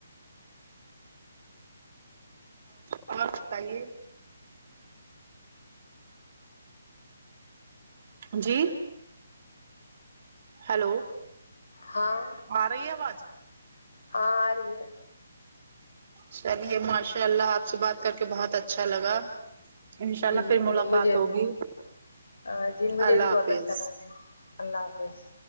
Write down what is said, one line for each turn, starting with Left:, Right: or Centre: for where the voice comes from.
Right: اور بتائیے جی ہیلو
Left: ہاں
Right: آرہی ہے آواز
Left: ہاں آ رہی ہے
Right: چلیے ماشاء اللہ آپ سے بات کر کے بہت اچھا لگا انشاء
Left: جی
Right: اللہ پھر
Left: جی
Right: ملاقات
Left: مجھے
Right: ہوگی
Left: بھی ہاں جی مجھے
Right: اللہ
Left: بھی بہت
Right: حافظ
Left: اچھا لگا اللہ حافظ